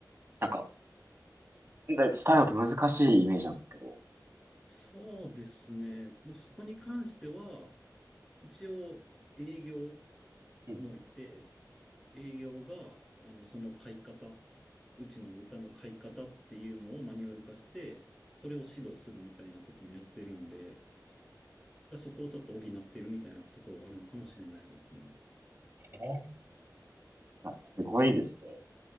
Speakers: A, on the right; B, in the centre.
A: なんかで伝えるのって難しいイメージなんですけど、
B: そうですね。もうそこに関しては、一応営業
A: うん
B: もいて、営業が、あの、その買い方、うちの豚の買い方っていうのをマニュアル化して、それを指導するみたいなこともやってるんで、だからそこをちょっと補ってるみたいなところはあるのかもしれないですね。
A: ね。あすごいですね。